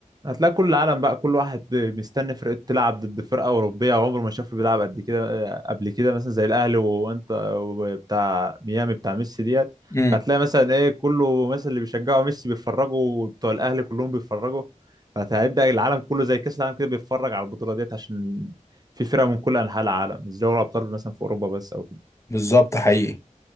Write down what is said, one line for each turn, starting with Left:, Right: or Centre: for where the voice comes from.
Right: هتلاقي كل العالم بقى كل واحد مستني فرقته تلعب ضد فرقه اوروبيه عمره ما شافه بيلعب قد كده آه، قبل كده مثلا زي الاهلي وانت وبتاع ميامي بتاع ميسي ديت
Left: امم
Right: هتلاقي مثلا ايه كله مثلا اللي بيشجعوا ميسي بيتفرجوا وبتوع الاهلي كلهم بيتفرجوا فهيبدأ العالم كله زي كاس العالم كده بيتفرج على البطوله ديت عشان في فرق من كل انحاء العالم مش دوري ابطال مثلا في اوروبا بس او كده
Left: بالظبط حقيقي